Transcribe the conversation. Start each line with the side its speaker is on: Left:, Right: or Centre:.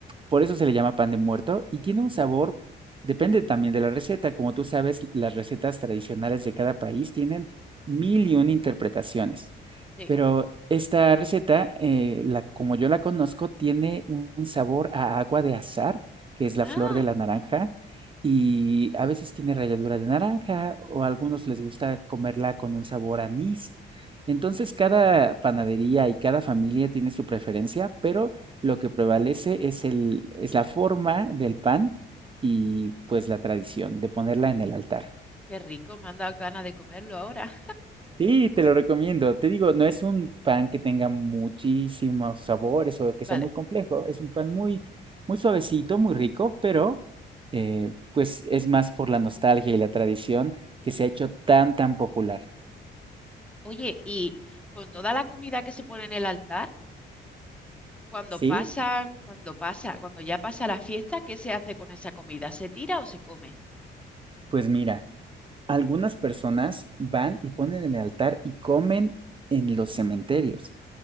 Right: por eso se le llama pan de muerto y tiene un sabor, depende también de la receta. Como tú sabes, las recetas tradicionales de cada país tienen mil y una interpretaciones.
Centre: Sí.
Right: Pero esta receta, eh, la, como yo la conozco, tiene un sabor a agua de azahar, que es la
Centre: Ah,
Right: flor de la naranja y a veces tiene ralladura de naranja o a algunos les gusta comerla con un sabor anís. Entonces cada panadería y cada familia tiene su preferencia, pero lo que prevalece es el, es la forma del pan y pues la tradición de ponerla en el altar.
Centre: qué rico, me han dado ganas de comerlo ahora.
Right: Sí, te lo recomiendo. Te digo, no es un pan que tenga muchísimos sabores o que
Centre: <laughs> Vale.
Right: sea muy complejo. Es un pan muy, muy suavecito, muy rico, pero eh, pues es más por la nostalgia y la tradición que se ha hecho tan, tan popular.
Centre: Oye, y con toda la comida que se pone en el altar, cuando
Right: Sí,
Centre: pasa, cuando pasa, cuando ya pasa la fiesta, ¿qué se hace con esa comida? ¿Se tira o se come?
Right: pues mira, algunas personas van y ponen en el altar y comen en los cementerios.